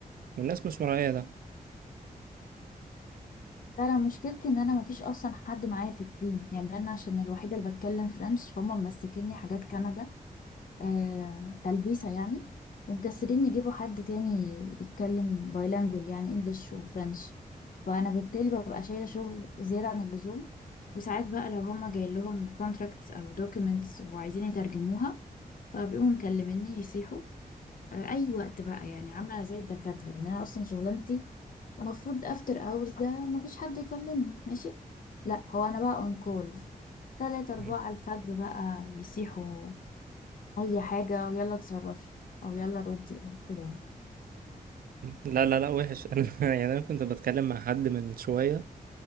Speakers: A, on the right; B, on the left.
A: والناس مش مراعية ده
B: لا انا مشكلتي ان انا مفيش اصلا حد معايا في التيم يعني انا عشان الوحيده اللي بتكلم فرنش فهم ممسكيني حاجات كندا آه تلبيسه يعني ومكسرين يجيبوا حد تاني يتكلم بايلانجول يعني انجلش وفرنش فانا بالتالي ببقى شايله شغل زياده عن اللزوم وساعات بقى لو هما جاي لهم كونتراكتس او دوكيومنتس وعايزين يترجموها فبيقوموا مكلميني يصيحوا آه، اي وقت بقى يعني عامله زي الدكاتره يعني انا اصلا شغلانتي المفروض افتر اورز ده مفيش حد يكلمني ماشي لا هو انا بقى اون كول تلاتة أربعة
A: مم.
B: الفجر بقى يسيحوا أي حاجة ويلا اتصرفي أو يلا ردي أو كده يعني
A: لا لا لا وحش <laughs> انا يعني انا كنت بتكلم مع حد من شويه